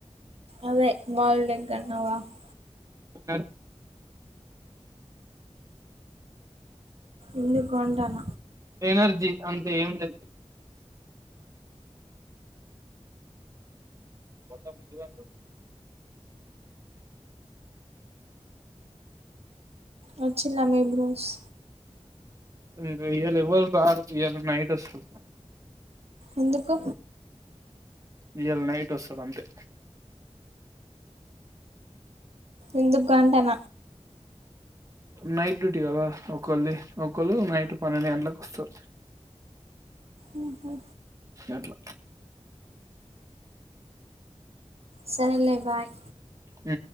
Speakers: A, on the right; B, on the right.
A: అదే బాయిల్డ్ <unintelligible>
B: న
A: ఎందుకు అంటాన
B: ఎనర్జీ అంటే ఏం లేదు మొత్తం ఇంటికి పంపు
A: వచ్చింద మీ బ్రోస్
B: <unintelligible> ఎవరు రారు ఇవల నైట్ ఓస్తరు
A: ఎందుకు
B: ఇయల నైట్ వస్తడు అంతే
A: ఎందుగ అంటాన
B: నైట్ డ్యూటీ కదా ఒకళది ఒకళ్ళు నైట్ పన్నెండు గంటలకి వస్తారు
A: ఉ హు
B: అట్ల
A: సరెలే బైయి
B: ఉ